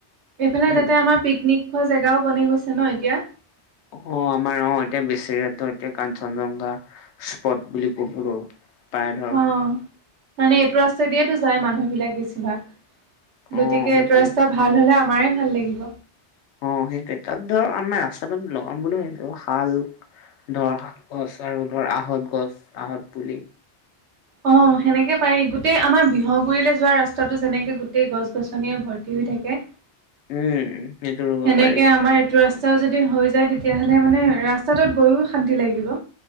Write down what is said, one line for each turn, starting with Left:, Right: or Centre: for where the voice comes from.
Right: এইফালে
Left: উম
Right: তাতে আমাৰ পিকনিক হোৱা জেগাও বনি গৈছে ন এতিয়া।
Left: অ' আমাৰ অ' এতিয়া বেছিয়াটো এতিয়া কাঞ্চনজংঘা স্পট বুলি ক'ব আৰু পাই ধৰ
Right: অ', মানে এইটো ৰাস্তা দিয়ে তোৰ যায় মানুহ বিলাক বেছিভাগ,
Left: অ
Right: গতিকে
Left: সেইটোৱে
Right: এইটো ৰাস্তা ভাল হ'লে আমাৰে ভাল লাগিব।
Left: অ' সেইটোৱে তাত ধৰ আমাৰ ৰাস্তাটোত লগাম বুলি ভাবিছোঁ শাল ধৰ শাক গছ আৰু ধৰ আহঁত গছ, আহঁত পুলি।
Right: অ' সেনেকে পাৰি গোট গোটেই আমাৰ বিহগুৰিলৈ যোৱা ৰাস্তাটো যেনেকে গোটেই গছ গছনিয়ে ভৰ্তি হৈ থাকে।
Left: উম সেইটো ৰুব
Right: সেনেকে
Left: পাৰি
Right: আমাৰ টো ৰাস্তাও যদি হৈ যায়। তেতিয়াহ'লে মানে ৰাস্তাটোত গৈও শান্তি লাগিব।